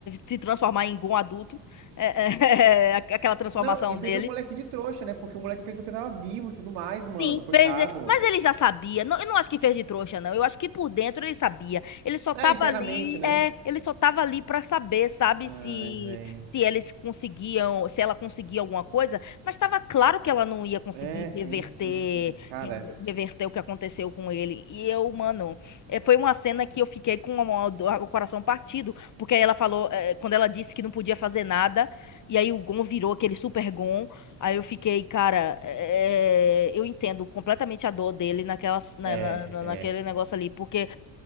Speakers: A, on the left; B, on the right.
A: se transformar em Gon adulto. É, é, <laughs> aquela transformação
B: Não, e fez
A: dele.
B: o moleque de trouxa, né? Porque o moleque acreditou que tava vivo e tudo mais, mano,
A: Sim,
B: coitado.
A: fez. e- Mas ele já sabia. Não, eu não acho que fez de trouxa, não. Eu acho que por dentro ele sabia. Ele só tava
B: É, internamente,
A: ali,
B: né?
A: é, ele só tava ali para saber, sabe,
B: Ai,
A: se
B: vem.
A: se eles conseguiam, se ela conseguia alguma coisa, mas estava claro que ela não ia conseguir
B: É, sim,
A: reverter
B: sim, sim. Cara.
A: re- reverter o que aconteceu com ele. E eu, mano, é, foi uma cena que eu fiquei com uma- o coração partido, porque aí ela falou, é, quando ela disse que não podia fazer nada, e aí o Gon virou aquele super Gon. Aí eu fiquei, cara, é, eu entendo completamente a dor dele naquela, na,
B: É,
A: na- na-
B: é.
A: naquele negócio ali, porque